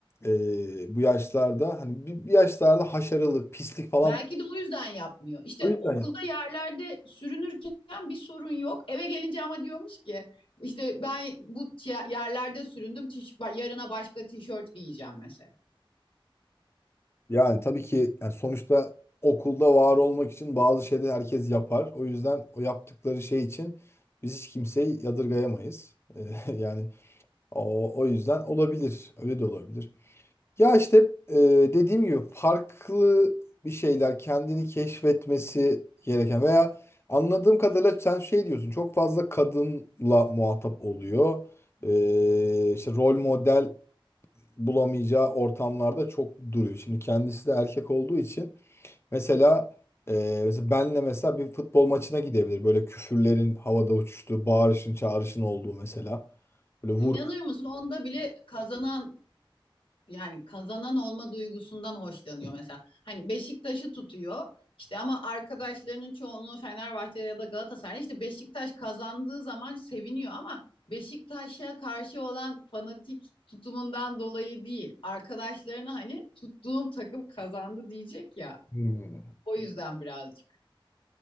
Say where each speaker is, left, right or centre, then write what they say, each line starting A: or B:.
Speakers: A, on the left; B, on the left.
A: eee, bu yaşlarda hani bir, bir yaşlarda haşarılık, pislik falan
B: Belki de o yüzden yapmıyor. İşte
A: o yüzden
B: okulda yerlerde sürünürken bir sorun yok. Eve gelince ama diyormuş ki işte ben bu yerlerde süründüm. Yarına başka tişört giyeceğim mesela.
A: Yani tabii ki yani sonuçta okulda var olmak için bazı şeyleri herkes yapar. O yüzden o yaptıkları şey için biz hiç kimseyi yadırgayamayız. <laughs> Eee, yani o, o yüzden olabilir. Öyle de olabilir. Ya işte eee, dediğim gibi farklı bir şeyler kendini keşfetmesi gereken veya anladığım kadarıyla sen şey diyorsun çok fazla kadınla muhatap oluyor. Eee işte rol model bulamayacağı ortamlarda çok duruyor. Şimdi kendisi de erkek olduğu için Mesela e, mesela benle mesela bir futbol maçına gidebilir. Böyle küfürlerin havada uçuştuğu, bağırışın, çağrışın olduğu mesela. Böyle
B: İnanır
A: vur.
B: mısın? Onda bile kazanan yani kazanan olma duygusundan hoşlanıyor mesela. Hani Beşiktaş'ı tutuyor. işte ama arkadaşlarının çoğunluğu Fenerbahçe ya da Galatasaray. İşte Beşiktaş kazandığı zaman seviniyor ama Beşiktaş'a karşı olan fanatik tutumundan dolayı değil. Arkadaşlarına hani tuttuğum takım kazandı diyecek ya.
A: Hmm.
B: O yüzden birazcık.